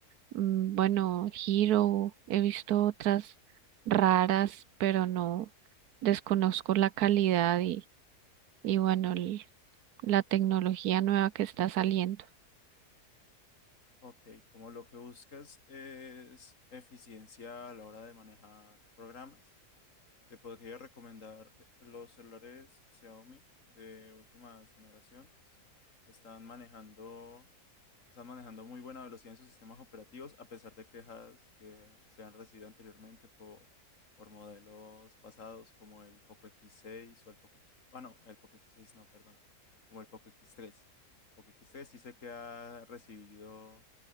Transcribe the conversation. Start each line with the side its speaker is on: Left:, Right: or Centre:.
Right: mm, bueno, Hero, he visto otras raras, pero no desconozco la calidad y, y bueno, el la tecnología nueva que está saliendo.
Left: Ok, como lo que buscas es eficiencia a la hora de manejar programas, te podría recomendar te- los celulares Xiaomi de últimas generaciones. Están manejando Están manejando muy buena velocidad en sus sistemas operativos, a pesar de quejas que se han recibido anteriormente por, por modelos pasados como el Poco X6 o el Poco X... Ah, no, el Poco X6 no, perdón, como el Poco X3. Poco X3 sí sé que ha recibido,